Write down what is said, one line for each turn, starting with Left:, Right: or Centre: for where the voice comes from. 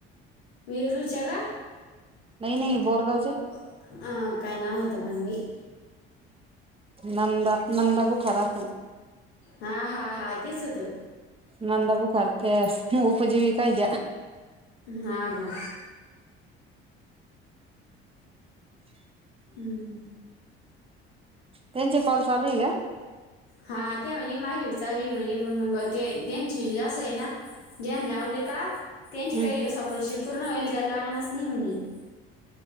Left: वेरु च्या का आहे
Right: नाही नाही बोरगावच्या
Left: का काय नाव होतं कानवा <unintelligible> ई.
Right: नंदा नंदा बुखार आसन.
Left: हा हा हा तेच होत.
Right: नंदा बुखार त्या उपजीवीका त्या.
Left: हा का. हम्.
Right: त्यांचे कॉल चालू हे का.
Left: हा ते म्हणे माझी बी चालू म्हणे पण मग ते त्यांची जास्त. ना ज्यां लावले का त्यांची
Right: हम्म
Left: काही समोरची पूर्ण वल द्यायला लागणारच नाही म्हणे. <unintelligible>